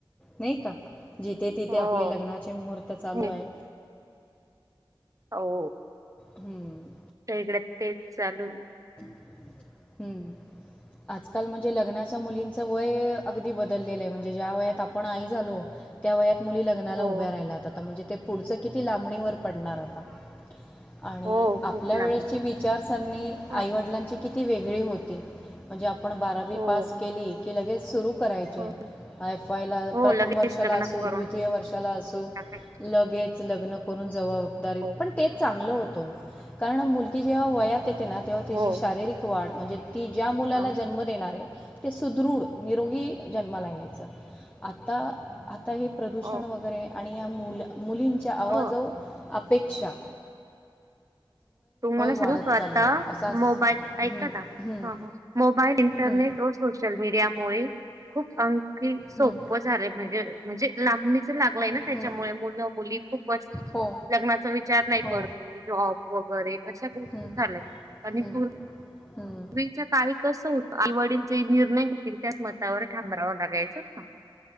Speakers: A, on the left; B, on the right.
A: नाही का जिथे तिथे
B: हो
A: आपले लग्नाचे मुहूर्त चालू
B: हे-
A: आहेत.
B: हो
A: हम्म
B: त्या इकडे तेच चालू
A: हम्म आजकाल म्हणजे लग्नाच्या मुली चं वय अगदी बदललेलं आहे म्हणजे ज्या वयात आपण आई झालो त्या वयात मुली लग्नाला
B: हो
A: उभ्या राहिल्यात आता म्हणजे ते पुढचं किती लांबणीवर पडणार आता आणि
B: हो
A: आपल्या
B: खूप लांब
A: वेळेची विचारसरणी
B: हा
A: आईवडिलांची किती ती वेगळी होती म्हणजे आपण बारावी
B: हो
A: पास केली की लगेच सुरू करायचे
B: हो
A: आयफाय ला
B: हो
A: प्रथम
B: लगेच
A: वर्षाला
B: लग्न
A: असू
B: करून
A: द्वितीय वर्षाला असू
B: टाकाय
A: लगेच लग्न करून जबाबदारीत
B: हो
A: पण तेच चांगलं होतं कारण मुलगी जेव्हा वयात येते ना तेव्हा तिची
B: हो
A: शारीरिक वाढ म्हणजे ती ज्या मुलाला
B: हो
A: जन्म देणार आहे ते सुदृढ निरोगी जन्माला यायचं आता आता हे प्रदूषण
B: हो
A: वगैरे आणि या मुला मुलींच्या आवाजो
B: हो
A: आपेक्षा
B: तुम्हाला सांगू
A: वाढत
B: का आता
A: चाललं आहे असाच
B: मोबाईल ऐका
A: हं,
B: ना
A: हं,
B: हा हा मोबाईल इंटरनेट
A: हं,
B: सोशल मीडियामुळे खूप आणखी सोपं
A: हं,
B: झालं म्हणजे म्हणजे लां लागलंय ना त्याच्यामुळे
A: हं.
B: मुलं मुली खूप वर
A: हो
B: लग्नाचा विचार नाही
A: हो
B: करती जॉब वाॅब बरेच अशा गोष्टी
A: हं,
B: झाल्यात आणि
A: हं,
B: पूर्वीच्या
A: हं,
B: काळी कसं होतं आई वडील जे निर्णय घेतील त्याच मतावर ठाम रावाव लागायच ना